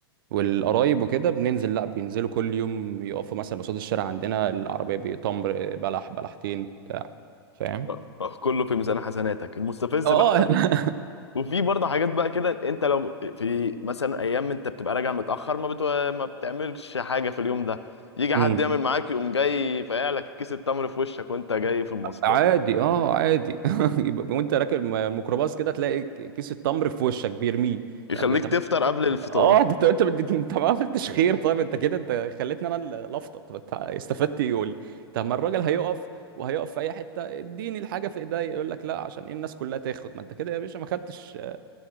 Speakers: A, on the right; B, on the left.
A: والقرايب وكده بننزل لا بينزلوا كل يوم يقفوا مثلا قصاد الشارع عندنا العربية بتمر بلح بلحتين بتاع فاهم
B: أه، أه، كله في ميزان حسناتك المستفز
A: اه
B: بقى لما
A: <laughs> أنا-
B: وفي برضه حاجات بقى كده انت لو في مثلا ايام انت بتبقى راجع متاخر ما, بت... ما بتعملش حاجه في اليوم ده يجي
A: امم
B: حد يعمل معاك يقوم جاي فاقع لك كيس التمر في وشك وانت جاي في المواصلات
A: عادي اه عادي <laughs> يبقى وانت راكب الميكروباص كده تلاقي كيس التمر في وشك بيرميه
B: يخليك
A: طب طب
B: تفطر قبل الفطار
A: اه انت انت بت- انت ما عملتش خير طيب انت كده انت خليتني انا اللي افطر طب انت استفدت ايه يقول لي طب ما الراجل هيقف وهيقف في اي حته اديني الحاجه في ايدي يقول لك لا عشان ايه الناس كلها تاخد ما انت كده يا باشا ما خدتش